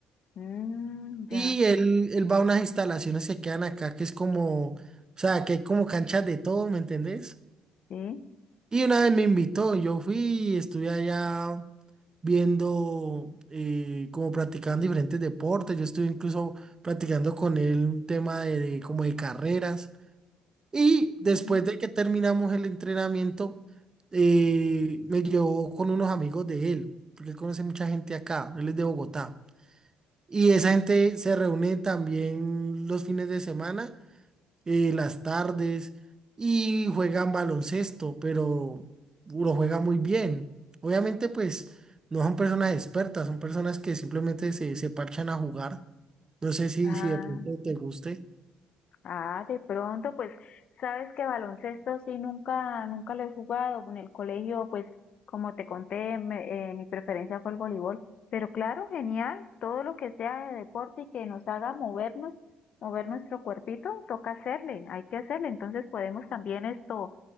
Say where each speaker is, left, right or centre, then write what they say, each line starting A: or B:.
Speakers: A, on the left (about 55°); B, on the right (about 30°).
A: Mm,
B: Y
A: ya,
B: él, él va a unas instalaciones que quedan acá, que es como, o sea, que hay como canchas de todo, ¿me entendés?
A: sí.
B: Y una vez me invitó, yo fui y estuve allá viendo, eh, como practicando diferentes deportes, yo estuve incluso practicando con él un tema de, de- como de carreras. Y
A: Mm.
B: después de que terminamos el entrenamiento, eh, me llevó con unos amigos de él, porque él conoce mucha gente acá, él es de Bogotá. Y esa gente se reúne también los fines de semana eh, las tardes y juegan baloncesto, pero lo juega muy bien. Obviamente, pues no son personas expertas, son personas que simplemente se, se parchan a jugar. No sé si,
A: Ah,
B: si de pronto te guste.
A: ah, de pronto, pues, sabes que baloncesto sí nunca, nunca lo he jugado. En el colegio, pues, como te conté, me- eh, mi preferencia fue el voleibol. Pero claro, genial, todo lo que sea de deporte y que nos haga movernos, mover nuestro cuerpito, toca hacerle, hay que hacerle. Entonces podemos también esto,